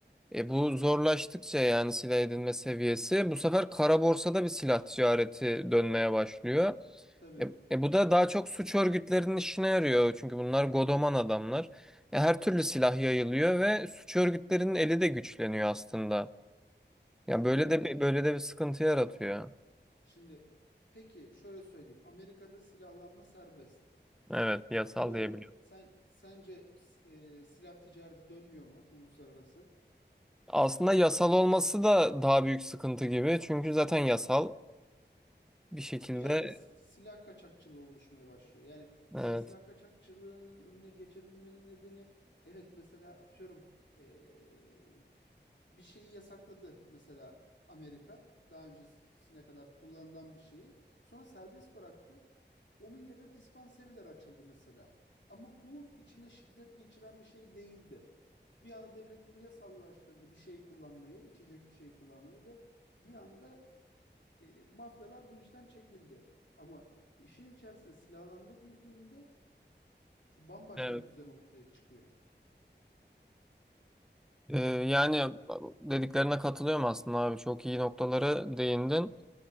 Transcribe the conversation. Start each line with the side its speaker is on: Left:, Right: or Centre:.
Centre: E bu zorlaştıkça yani silah edinme seviyesi bu sefer kara borsada bir silah ticareti dönmeye başlıyor.
Left: tabii
Centre: E, e bu da daha çok suç örgütlerinin işine yarıyor. Çünkü bunlar godoman adamlar. E, her türlü silah yayılıyor ve suç örgütlerinin eli de güçleniyor aslında. Ya
Left: tabii
Centre: böyle de
Left: yani
Centre: bir, böyle de bir sıkıntı yaratıyor.
Left: şimdi peki şöyle söyleyeyim. Amerika'da silahlanma serbest.
Centre: Evet, yasal
Left: Bu doğru.
Centre: diyebiliyorum.
Left: Sen sence e, silah ticareti dönmüyor mu uluslararası?
Centre: Aslında yasal olması da daha büyük sıkıntı gibi. Çünkü zaten yasal bir şekilde
Left: bir anda si- silah kaçakçılığı oluşmaya başlıyor. Yani
Centre: evet.
Left: sen silah kaçakçılığının önüne geçebilmenin nedeni evet mesela atıyorum eee, bir şeyi yasakladı mesela Amerika daha öncesine kadar kullanılan bir şeyi sonra serbest bıraktı. Onun yerine dispanseriler açıldı mesela. Ama bu içinde şiddet geçiren bir şey değildi. Bir anda devlet bunu yasallaştırdı bir şey kullanmayı, içecek bir şey kullanmayı ve bir anda e, mafyalar bu işten çekildi. Ama işin içerisine silahlanma girdiğinde bambaşka
Centre: Evet.
Left: bir düzen ortaya çıkıyor.
Centre: E, yani dediklerine katılıyorum aslında abi. Çok iyi noktalara değindin.